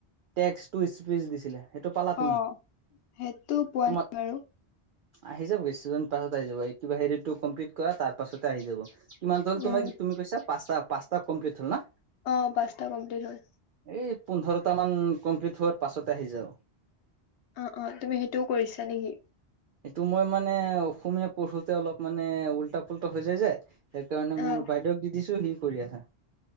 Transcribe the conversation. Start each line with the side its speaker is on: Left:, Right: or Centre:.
Right: টেক্স টু স্পিচ দিছিলে। সেইটো পালা তুমি
Left: অ সেইটো পোৱা
Right: তোমাক
Left: নাই বাৰু।
Right: আহি যা বেছিজন তাৰ পাছত আহি যাব, এই কিবা হেৰিটো কমপ্লিট কৰা তাৰ পাছতে আহি যাব, কিমান হল
Left: উম,
Right: তোমাক তুমি কৈছা? পাঁচটা পচটা কমপ্লিট হল না
Left: অ পাঁচটা কমপ্লিট হল।
Right: এই পোন্ধৰটা মান কমপ্লিট হোৱাৰ পাছতে আহি যাব।
Left: অ অ তুমি সেইটোও কৰিছা নেকি?
Right: এইটো মই মানে অসমীয়া পঢ়োতে অলপ মানে উওল্টা পুল্টা হৈ যায় যে সেইকাৰণে
Left: অ',
Right: মোৰ বাইদেউক দি দিছো সি কৰি আছে।